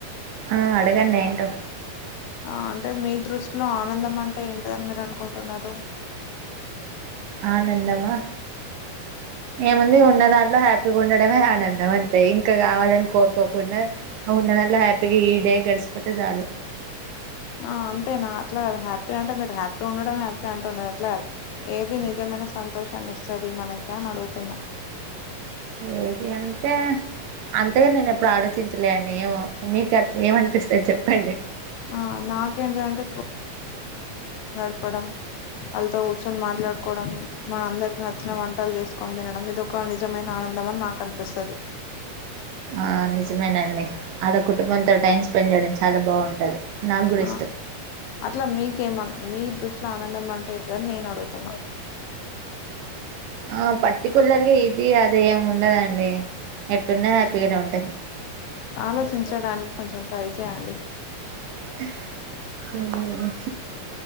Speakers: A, on the right; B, on the left.
A: ఆ అడుగన్నేయింటో
B: ఆ అంటే మీ దృష్టిలో ఆనందం అంటే ఏంటదని మీరు అనుకుంటున్నారు
A: ఆనందమా ఏముంది ఉన్న దాంట్లో హ్యాపీగా ఉండడమే ఆనందం అంతే ఇంకా కావాలని కోరుకోకుండా ఉన్న హ్యాపీగా ఈ డే గడిసిపోతే చాలు
B: ఆ అంతేనా అట్లా కాదు హ్యాపీ అంటే మీరు హ్యాపీ ఉండడం హ్యాపీ అంటున్నారు అట్లా కాదు ఏది నిజం మన సంతోషాన్ని ఇస్తుంది మనక అని అడుగుతున్నాం
A: ఏది అంటే అంతగా నేను ఎప్పుడు ఆలోచించలే అండి ఏమో మీకు ఏమనిపిస్తుంది చెప్పండి
B: ఆ నాకేంటిదంటే ప్పడం వాళ్ళతో కూర్చొని మాట్లాడుకోవడం మన అందరిక నచ్చిన వంటలు చేసుకని తినడం ఇదొ ఒక నిజమైన ఆనందం <unintelligible> నాకు అనిపిస్తుది
A: ఆ నిజమేనండి అడ కుటుంబంతో టైం స్పెండ్ చేయడం చాలా బావుంటది నాకు గూడా
B: ఆ
A: ఇష్టం.
B: అట్లా మీకేమ మీ దృష్టిలో ఆనందం అంటే ఎంటి దన్ నేను అడుగుతున్నా
A: ఆ పర్టికులర్గా ఇది అదే ఏమి ఉండదండి ఎట్టున్న హ్యాపీగానే ఉంటుంది
B: ఆలోచించడానికి కొంచెం ట్రై చేయండి
A: అ